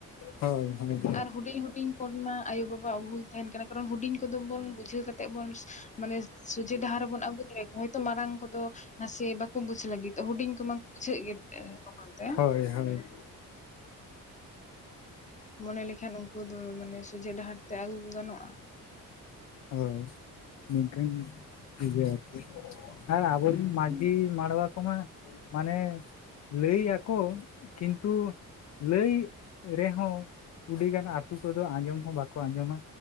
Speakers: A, on the left (about 40°); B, on the left (about 15°).
A: ᱦᱳᱭ ᱦᱳᱭ᱾
B: ᱟᱨ ᱦᱩᱰᱤᱧ ᱦᱩᱰᱤᱧ ᱠᱚᱨᱮᱱ ᱢᱟ ᱟᱭᱳᱼᱵᱟᱵᱟ ᱣᱟᱜ ᱵᱷᱩᱞ ᱛᱟᱦᱮᱱ ᱠᱟᱱᱟ ᱠᱟᱨᱚᱱ ᱦᱩᱰᱤᱧ ᱠᱚᱫᱚ ᱵᱚᱱ ᱵᱩᱡᱷᱟᱹᱣ ᱠᱟᱛᱮ, ᱛᱮᱵᱚᱱ ᱢᱟᱱᱮ ᱥᱚᱡᱷᱮ ᱰᱟᱦᱟᱨ ᱨᱮᱵᱚᱱ ᱟᱹᱜᱩ ᱫᱟᱲᱮ ᱟᱠᱚᱣᱟ ᱦᱚᱭᱛᱚ ᱢᱟᱨᱟᱝ ᱠᱚᱫᱚ, ᱱᱟᱥᱮ ᱵᱟᱠᱚ ᱵᱩᱡᱷᱟᱹᱜ ᱞᱟᱹᱜᱤᱫᱚᱜ ᱦᱩᱰᱤᱧ ᱠᱚ ᱢᱟᱠᱚ ᱵᱩᱡᱷᱟᱹᱜ ᱜᱮ ᱮᱸ ᱞᱚᱜᱚᱱ ᱛᱮ᱾
A: ᱦᱳᱭ ᱦᱳᱭ,
B: ᱢᱚᱱᱮ ᱞᱮᱠᱷᱟᱱ ᱩᱱᱠᱩ ᱫᱚ ᱢᱟᱱᱮ ᱥᱚᱡᱷᱮ ᱰᱟᱦᱟᱨ ᱛᱮ ᱟᱹᱜᱩ ᱠᱚ ᱜᱟᱱᱚᱜᱼᱟ᱾
A: ᱦᱳᱭ ᱱᱤᱝᱠᱟᱱ, ᱴᱷᱤᱠ ᱜᱮᱭᱟ ᱟᱨ ᱪᱮᱫ ᱟᱨ ᱟᱵᱚ ᱢᱟᱺᱡᱷᱤ
B: ᱦᱩᱸ
A: ᱢᱟᱰᱣᱟ ᱠᱚᱢᱟ ᱢᱟᱱᱮ, ᱞᱟᱹᱭ ᱟᱠᱚ ᱠᱤᱱᱛᱩ, ᱞᱟᱹᱭ ᱨᱮᱦᱚᱸ ᱩᱰᱤᱜᱟᱱ ᱟᱛᱳ ᱠᱚᱫᱚ ᱟᱸᱡᱚᱢ ᱦᱚᱸ ᱵᱟᱠᱚ ᱟᱸᱡᱚᱢᱟ᱾